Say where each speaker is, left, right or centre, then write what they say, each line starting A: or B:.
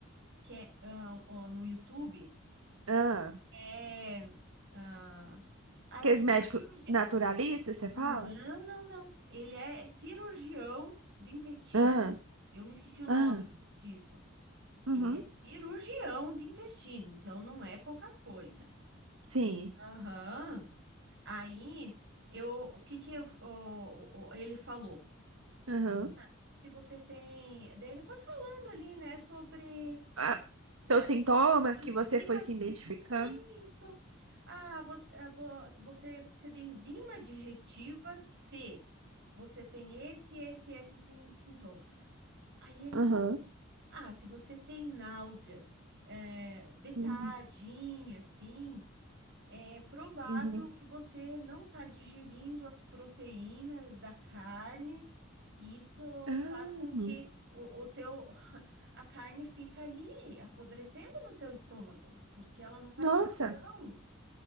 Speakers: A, on the right (about 55°); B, on the right (about 75°).
A: que é ah, ó, no YouTube,
B: Ah.
A: é ah, ai
B: Aqueles
A: que
B: médicos
A: faz cirurgia.
B: naturalistas, você
A: Não,
B: fala?
A: não, não. Ele é cirurgião de intestino.
B: Ah.
A: Eu me esqueci o nome
B: Ah.
A: disso.
B: Uhum.
A: Ele é cirurgião de intestino, então não é pouca coisa.
B: Sim.
A: Aham. Aí, eu, o que que eu- o- o- o- ele falou?
B: Aham.
A: Ah, Se você tem, daí ele foi falando ali, né, sobre
B: Ah. Seus
A: eh,
B: sintomas
A: enzimas,
B: que você foi se identificando.
A: isso. Ah, você, eh, vo- você precisa de enzima digestiva C. Você tem esse, esse, esse sim- sintoma. Aí ele
B: Aham.
A: falou, ah, se você tem náuseas, eh, de tardinha,
B: Uhum.
A: assim, é provável
B: Uhum.
A: que você não está digerindo as proteínas da carne, e isso
B: Ah.
A: faz com que o, o teu, <laughs> a carne fica ali apodrecendo no teu estômago, porque ela não faz
B: Nossa.
A: digestão.